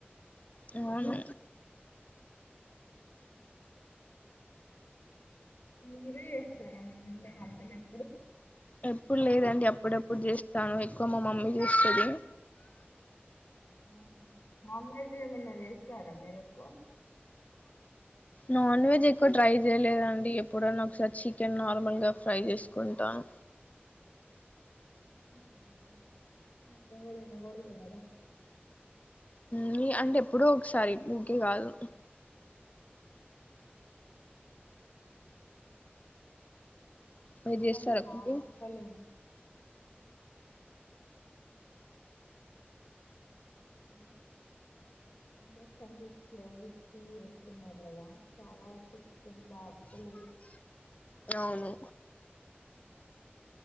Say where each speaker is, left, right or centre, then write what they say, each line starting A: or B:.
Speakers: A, on the left; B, on the left.
A: అవును
B: మీరే చేస్తారా మీ ఇంట్లో వంటలు ఎప్పుడు
A: ఎప్పుడు లేదండి అప్పుడప్పుడు చేస్తా ఎక్కువ మా మమ్మీ చేస్తదీ.
B: అవునా నాన్ వెజ్ ఏమన్నా చేస్తారా మీరు ఎక్కువ
A: నాన్ వెజ్ ఎక్కువ ట్రై చేయలేదండి ఎప్పుడన్నా ఒకసారి చికెన్ నార్మల్గా ఫ్రై చేసుకుంటాను
B: చ ఫై చన్ ఎ పోన్న కూడ పోదా <inaudible>
A: నీ అంటే ఎప్పుడూ ఒకసారి ఊకే కాదు మీరు చేస్తారా
B: అంత బాగా
A: కుకింగ్
B: వస్తలే చాల ఇంజక్షన్ ఇచ్చి వేస్తున్నారు కదా చాలా వరకు చికెన్ బాగాలే
A: అవును